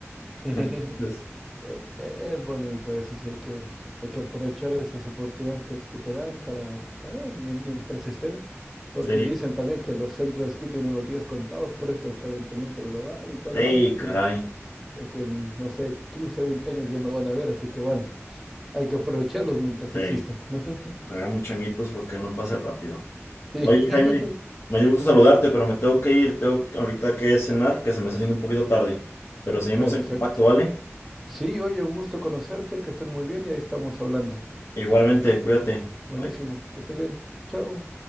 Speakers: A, in the centre; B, on the left (about 60°).
A: ujú. <laughs>
B: <laughs> Entonces,
A: e- e- Es bonito, eso sí, hay que, hay que aprovechar esas oportunidades que, que te dan para, para mi- mientras estén, porque
B: sí,
A: dicen también que los centros de esquí tienen los días contados por esto del calentamiento global y toda
B: sí,
A: la cosa que,
B: caray,
A: eh, que en, no sé, 15 20 años ya no van a ver, así que bueno, hay que aprovecharlos mientras
B: sí,
A: existan, ¿no? <laughs>
B: hagamos changuitos porque no pase rápido.
A: Sí,
B: Oye,
A: <laughs>
B: Jaime, me dio gusto saludarte,
A: Ujú.
B: pero me tengo que ir, tengo que- ahorita que cenar, que se me está haciendo un poquito tarde. Pero seguimos
A: perfecto.
B: en contacto, ¿vale?
A: Sí, oye, un gusto conocerte, que estés muy bien y ahí estamos hablando.
B: Igualmente, cuídate.
A: Buenísimo,
B: Bye.
A: que estés bien. Chao.